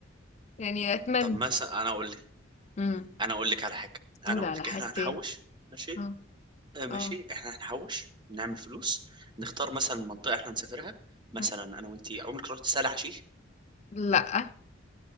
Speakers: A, on the left; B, on the right.
A: يعني اتمنى
B: طب مثلا انا اقول لك
A: امم
B: انا اقول لك على حاجه
A: قول
B: انا اقول
A: على
B: لك
A: حاجتين
B: احنا هنحوش ماشي
A: اه
B: آه، ماشي
A: اه
B: احنا هنحوش نعمل فلوس نختار مثلا منطقه احنا هنسافرها مثلا
A: مم.
B: انا وانتي عمرك رحت سهل حشيش
A: لا